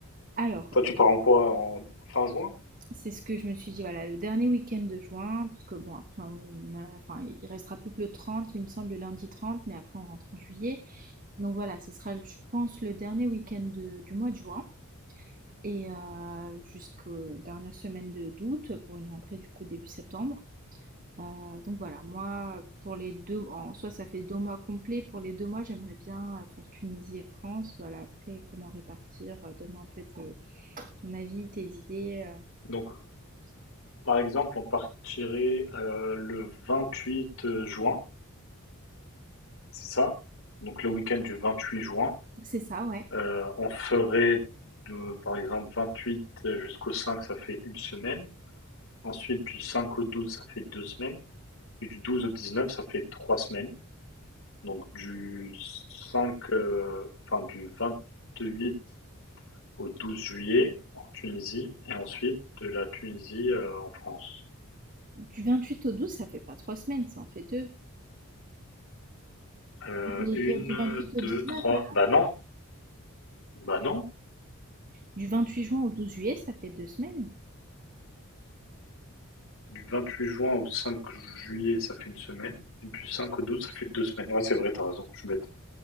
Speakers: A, on the right (about 40°); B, on the left (about 65°).
A: alors,
B: Toi tu
A: euh,
B: pars en quoi? En fin juin?
A: c'est ce que je me suis dit, voilà, le dernier week-end de juin, parce que bon, après, on on a, enfin, il restera plus que le 30, il me semble, le lundi 30, mais après, on rentre en juillet. Donc voilà, ce sera, je pense, le dernier week-end de- du mois de juin, et euh, jusqu'aux dernières semaines de d'août, pour une rentrée, du coup, début septembre. Euh, donc voilà, moi, pour les deux, en soi, ça fait deux mois complets. Pour les deux mois, j'aimerais bien euh, faire Tunisie et France. Voilà, après, comment répartir, euh, donne-moi un peu tes ton avis, tes idées. euh,
B: Donc
A: tout ça.
B: par exemple on partirait euh, le huit juin. C'est ça. Donc le week-end du 28 juin,
A: C'est ça, ouais.
B: euh, on ferait de, par exemple 28 jusqu'au 5, ça fait une semaine. Ensuite du 5 au 12, ça fait deux semaines. Et du 12 au 19, ça fait trois semaines. Donc du 5, euh, enfin du 28 au 12 juillet en Tunisie et ensuite de la Tunisie euh, en France.
A: Du 28 au 12, ça fait pas trois semaines, ça en fait deux.
B: Euh,
A: Je voulais
B: une,
A: dire du 28 au
B: deux,
A: 19.
B: trois.
A: alors.
B: Bah non, bah non.
A: Du 28 juin au 12 juillet, ça fait deux semaines.
B: Du vingt-huit juin au cinq juillet, ça fait une semaine. Et du 5 au 12, ça fait 2 semaines. Ouais, c'est vrai, t'as raison, je suis bête.